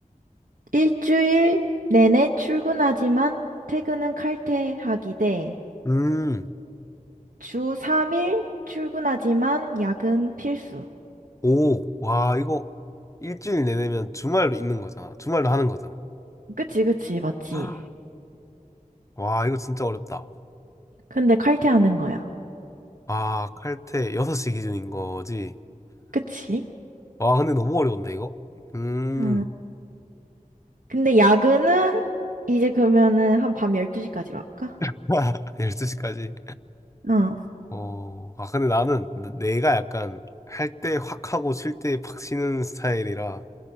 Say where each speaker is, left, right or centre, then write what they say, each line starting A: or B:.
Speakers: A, on the right; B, on the left.
A: 일주일 내내 출근하지만 퇴근은 칼퇴하기 대,
B: 음,
A: 주 3일 출근하지만 야근 필수.
B: 오, 와, 이거 일주일 내내면 주말도 있는 거잖아. 주말도 하는 거잖아.
A: 그치, 그치, 맞지.
B: <gasps> 아. 와, 이거 진짜 어렵다.
A: 근데 칼퇴하는 거야.
B: 아, 칼퇴 6시 기준인 거지.
A: 그치?
B: 와, 근데 너무 어려운데, 이거? 음,
A: 어. 근데 야근은 이제 그러면은 한 밤 12시까지로 할까?
B: <laughs> 12시까지.
A: 어,
B: 어, 아, 근데 나는 내가 약간 할 때 확 하고 쉴 때 팍 쉬는 스타일이라